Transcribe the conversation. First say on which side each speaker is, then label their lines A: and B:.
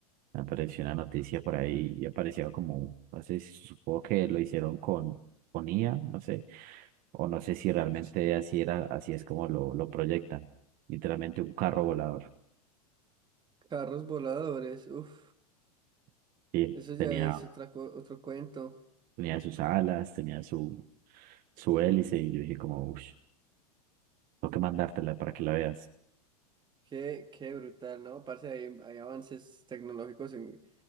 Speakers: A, on the right (about 45°); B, on the right (about 20°).
A: Apareció una noticia por ahí y aparecía como, un- no sé si supongo que lo hicieron con, con IA, no sé, o no sé si realmente así era, así es como lo, lo proyectan. Literalmente un carro volador.
B: Carros voladores, uff,
A: Sí,
B: eso ya
A: tenía
B: es otra, co- otro cuento.
A: Tenía sus alas, tenía su, su hélice y yo dije como, uff, tengo que mandártela para que la veas.
B: Qué, qué brutal, ¿no? Parce, hay, hay avances tecnológicos en-